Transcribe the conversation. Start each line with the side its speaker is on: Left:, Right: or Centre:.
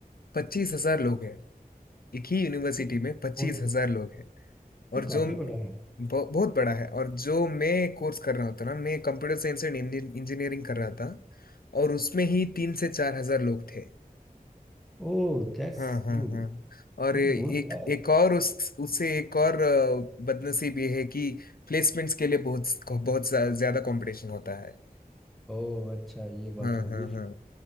Left: पच्चीस हजार लोग हैं एक ही यूनिवर्सिटी
Centre: वो
Left: में पच्चीस
Centre: वो
Left: हजार लोग हैं
Centre: तो
Left: और
Centre: काफी
Left: जो
Centre: बड़ा है
Left: बहु- बहुत बड़ा है और जो मैं कोर्स कर रहा होता ना मैं कंप्यूटर साइंस एंड इंजीनियरिंग कर रहा था और उसमें ही तीन से चार हजार लोग थे
Centre: ओह दैट्स
Left: हाँ हाँ
Centre: ह्यूज
Left: हाँ और
Centre: वो
Left: ए-
Centre: तो बहुत
Left: एक
Centre: बड़ा
Left: एक
Centre: है
Left: और उस उससे एक और अ, बदनसीब ये है कि प्लेसमेंट्स के लिए बहुत बहुत ज्या- ज्यादा कंपटीशन होता है
Centre: ओह अच्छा ये बात
Left: हाँ
Centre: होगी
Left: हाँ
Centre: फिर।
Left: हाँ